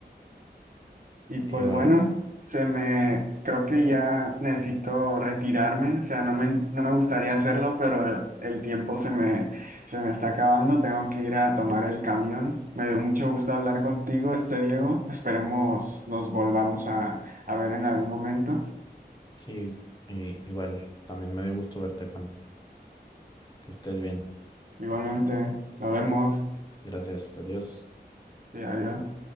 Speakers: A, on the right; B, on the left.
A: Y pues
B: igual,
A: bueno, se me, creo que ya necesito retirarme, o sea, no me, no me gustaría hacerlo, pero el, el tiempo se me, se me está acabando, tengo que ir a tomar el camión. Me dio mucho gusto hablar contigo, este Diego. Esperemos nos volvamos a, a ver en algún momento.
B: sí, y- igual, también me dio gusto verte, Juan. Que estés bien.
A: Igualmente, nos vemos.
B: Gracias, adiós.
A: Sí, adiós.